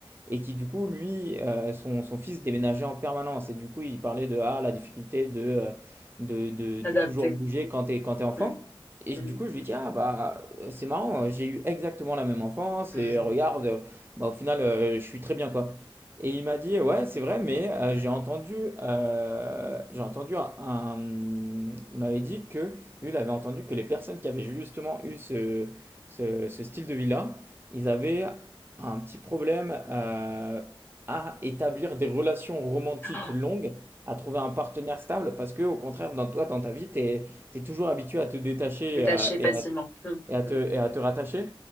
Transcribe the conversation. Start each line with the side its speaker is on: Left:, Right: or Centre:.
Right: et qui, du coup, lui, euh, son, son fils déménageait en permanence et du coup, il parlait de ah, la difficulté de, euh, de, de-
Left: S'adapter.
Right: de toujours bouger quand tu es, quand t'es enfant.
Left: Mm,
Right: Et je-
Left: mm.
Right: du coup, je lui dis: «Ah bah, heu, c'est marrant, heu, j'ai eu exactement la même enfance
Left: <gasps>
Right: et euh, regarde, heu, bah, au final, heu, je suis très bien, quoi». Et il m'a dit: «Ouais, c'est vrai, mais heu, j'ai entendu, heu, j'ai entendu un un, mmh» il m'avait dit que lui, il avait entendu que les personnes qui avaient justement eu ce ce ce style de vie-là, ils avaient un petit problème, heu, à établir des relations romantiques
Left: Ah,
Right: longues, à trouver un partenaire stable parce que au contraire, dans toi, dans ta vie, tu tu es toujours habitué à te détacher
Left: Détacher
Right: et à,
Left: facilement.
Right: et à-
Left: Hmm.
Right: et à te, et à te rattacher.